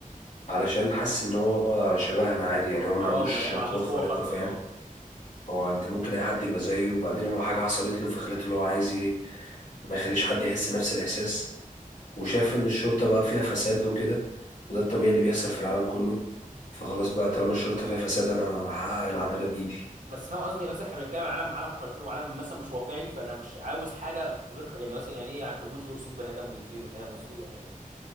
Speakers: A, on the left; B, on the right.
A: علشان حاسس ان هو شبهنا عادي يعني هو ما
B: اه
A: عندوش
B: ما ما عندوش
A: قوة خارقة
B: قوه خارقه
A: فاهم
B: اه
A: هو انت ممكن اي حد يبقى زيه وبعدين هو حاجة حصلت له فخلته اللي هو عايز ايه ما يخليش حد يحس نفس الاحساس وشاف ان الشرطة بقى فيها فساد وكده وده الطبيعي اللي بيحصل في العالم كله فخلاص بقى طالما الشرطة فيها فساد انا هحقق العدالة بايدي
B: بس فاهم قصدي مثلا احنا بنتكلم عن عالم عالم خارقين وعالم مثلا مش واقعي فانا مش عاوز حاجه غير خ- يعني مثلا يعني ايه عنكبوت يرسي بني ادم ويطير فاهم قصدي يعني